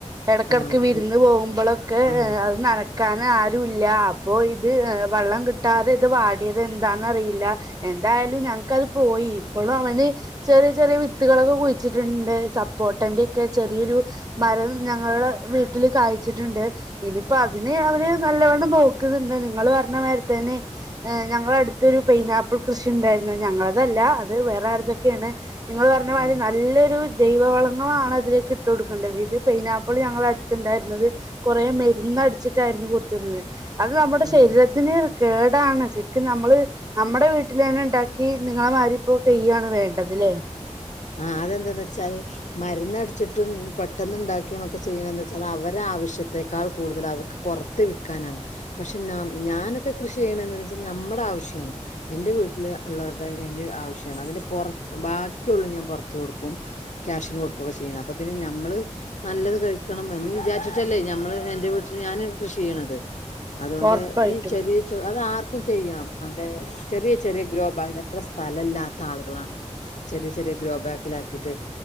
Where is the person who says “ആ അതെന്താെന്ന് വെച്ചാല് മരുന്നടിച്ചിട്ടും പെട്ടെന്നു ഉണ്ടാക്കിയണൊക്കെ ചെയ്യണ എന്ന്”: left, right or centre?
Left